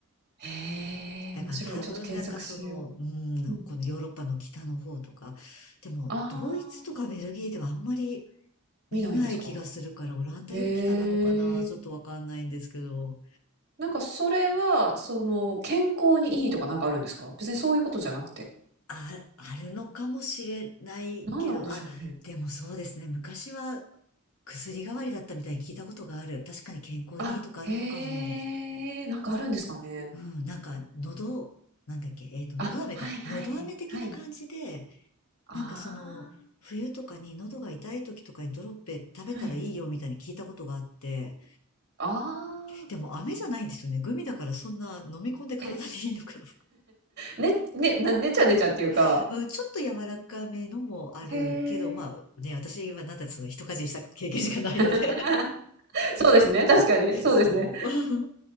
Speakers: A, on the right; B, on the left.
A: へえ、
B: だから多分なんかその、
A: 面白い。ちょっと検索しよう。
B: う
A: うん。
B: ん、このヨーロッパの北の方とか、でもドイツとかベルギーではあんまり
A: ああ、
B: 見ない気がするから、
A: 見ないんですか？
B: オランダより北なのかな、
A: へ
B: ちょっとわかんないんですけど、
A: え。なんかそれは、その、健康にいいとかなんかあるんですか別にそういうことじゃなくて。
B: あ、あるのかもしれないけど、
A: 何なんでしょうね。
B: あ、でもそうですね、昔は薬代わりだったみたいに聞いたことがある。確かに健康にいいとかあるのかも。
A: あ、へえ、なんかあるんですかね。
B: うん、なんか喉、なんだっけ、えっと、喉飴か。
A: あ、はいはい。
B: 喉飴的な感じで、
A: はい。あ
B: なんかその、冬とかに喉が痛い時とかにドロッペ食べたらいいよみたいに聞いたことがあって、
A: あ。はい。ああ。
B: でも飴じゃないんですよね。グミだからそんな飲み込んで体にいいのかな。
A: え、ね、ね、な、ねちゃねちゃっていうか。
B: <laughs> うん、ちょっと柔らかめのもあるけど、
A: へえ。
B: まあね、私はなんだってその一かじりした経験しかないので
A: <laughs> そうですね。確かに。そうですね。
B: <laughs> そう。